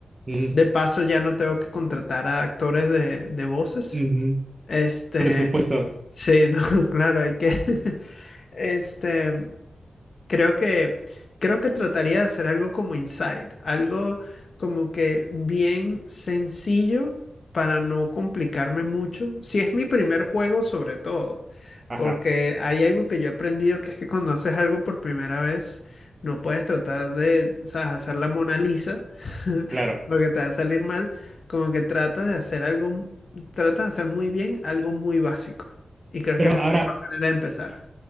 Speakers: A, on the right; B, on the left.
A: mm,
B: De paso, ya no tengo que contratar a actores de, de voces.
A: ujú.
B: Este,
A: Presupuesto.
B: sí, no, <laughs> claro, hay que. <laughs> Este, Creo que, creo que trataría de hacer algo como Inside, algo como que bien sencillo para no complicarme mucho. Si es mi primer juego, sobre todo,
A: Ajá,
B: porque hay algo que yo he aprendido que es que cuando haces algo por primera vez, no puedes tratar de, sabes, hacer la Mona Lisa, <laughs>
A: claro.
B: porque te va a salir mal. Como que trata de hacer algo, trata de hacer muy bien algo muy básico. Y creo
A: Pero
B: que es la
A: ahora,
B: mejor manera de empezar.